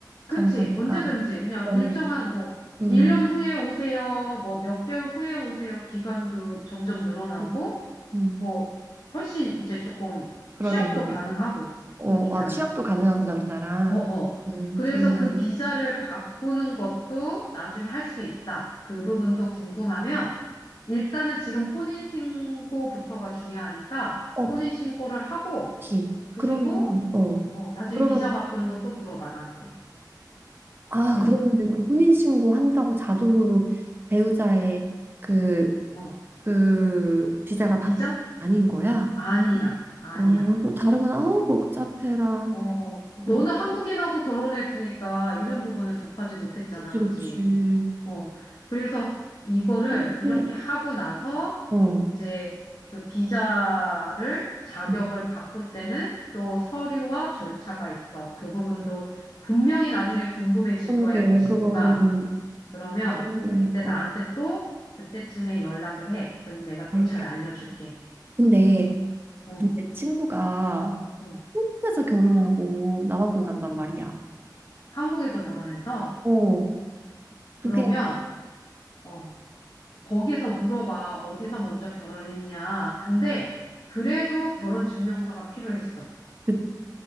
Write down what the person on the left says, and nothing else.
그치.
언제든지 그냥
일정한 뭐
1년 후에 오세요. 뭐 몇 개월 후에 오세요. 기간도 점점 늘어나고
뭐 훨씬 이제 조금
취업도 가능하고
그 비자는.
어, 어.
그래서
그 비자를 바꾸는 것도 나중에 할 수 있다. 그 부분도 궁금하면 일단은 지금 혼인신고부터가 중요하니까
혼인신고를 하고
그리고
어, 나중에
비자 바꾸는 건 또 물어봐 나한테.
응.
어.
비자?
아니야. 아니야.
어, 너는
한국인하고 결혼했으니까 이런 부분을 접하지 못했잖아.
그지? 어, 그래서 이거를
이렇게 하고 나서
이제 그 비자를 자격을
바꿀 때는 또 서류와 절차가 있어. 그 부분도 분명히 나중에 궁금해질
거야, 네 친구가.
그러면
그때 나한테 또 그때쯤에 연락을 해. 그러면 내가 또
잘 알려줄게.
어,
어.
한국에서 결혼해서
그러면
어, 거기서 물어봐. 어디서 먼저 결혼했냐. 근데 그래도 결혼 증명서가 필요했어.